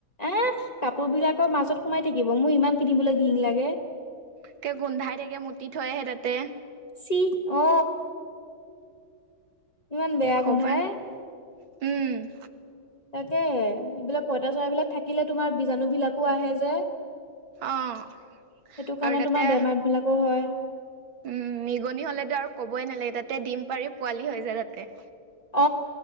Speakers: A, on the left (about 25°); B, on the right (about 75°).
A: এ, কাপোৰ বিলাকৰ মাজত সোমাই থাকিব মোৰ ইমান পিন্ধিবলৈ ঘিন লাগে।
B: ত একৈ গোন্ধাই থাকে মুতি থৈহে তাতে
A: চি অ ইমান বেয়া
B: ক'বই
A: গোন্ধাই
B: উম
A: তাকে এইবিলাক পইতা চৰাইবলাক থাকিলে তোমাৰ বিজাণু বিলাকো আহে যে
B: অ
A: সেইটো কাৰণে
B: আৰু তাতে
A: তোমাৰ বেমাৰবিলাকো হয়
B: উম নিগনি হ'লেতো আৰু ক'বই নালাগে তাতে দিম পাৰি পোৱালি হৈ যায় তাতে
A: অ